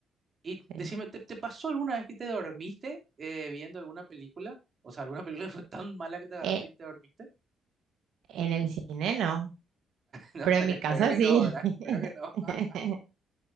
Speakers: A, on the right; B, on the right.
A: Y
B: sí.
A: decime, ¿te, te pasó alguna vez que te dormiste eh, viendo alguna película? O sea, ¿alguna <laughs> película que fue tan mala que te agarraste
B: Eh,
A: y te dormiste? <laughs>
B: en el cine no,
A: No,
B: pero en
A: espero
B: mi casa
A: que
B: sí.
A: no, ¿verdad?
B: <laughs>
A: Espero que no. <laughs>